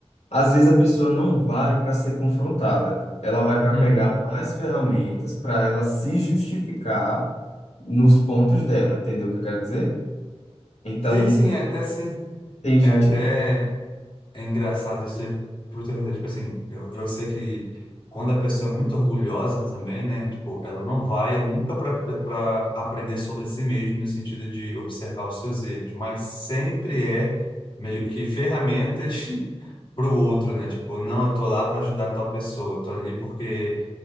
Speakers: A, on the left (about 80°); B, on the left (about 45°).
A: às vezes a pessoa não vai para ser confrontada, ela vai para
B: Uhum.
A: pegar mais ferramentas para ela se justificar nos pontos dela, entendeu o que eu quero dizer? Então,
B: Sim, sim, é até sim.
A: tem
B: É
A: gente
B: até é engraçado isso ter oportunidade. Tipo assim, eu, eu sei que quando a pessoa é muito orgulhosa também, né? Tipo, ela não vai nunca para aprender sobre si mesma no sentido de observar os seus erros, mas sempre é meio que ferramentas <laughs> para o outro, né? Tipo, não, eu tô lá para ajudar tal pessoa, eu tô ali porque